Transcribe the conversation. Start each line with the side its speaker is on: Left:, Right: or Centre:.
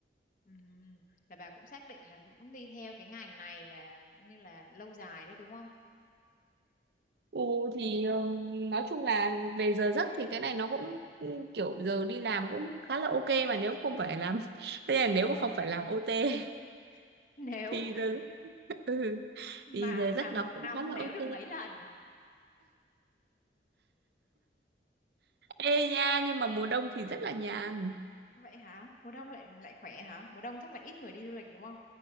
Left: Ừm, Là bà cũng xác định là cũng đi theo cái ngành này là coi như là lâu dài đấy đúng không?
Right: Ừ thì ừm, nói chung là về giờ giấc thì cái này nó cũng ừ, kiểu giờ đi làm cũng khá là ok mà nếu không phải làm <laughs> thế là nếu mà không phải làm OT
Left: <laughs> Nếu
Right: thì giờ <laughs> ừ.
Left: mà
Right: thì giờ
Left: mà
Right: giấc
Left: một
Right: nó
Left: năm
Right: cũng khá là
Left: nếu
Right: ok
Left: được mấy lần
Right: ê nha nhưng mà mùa đông thì rất là nhàn
Left: vậy hả? Mùa đông lại lại khỏe hả? Mùa đông chắc là ít người đi du lịch đúng không?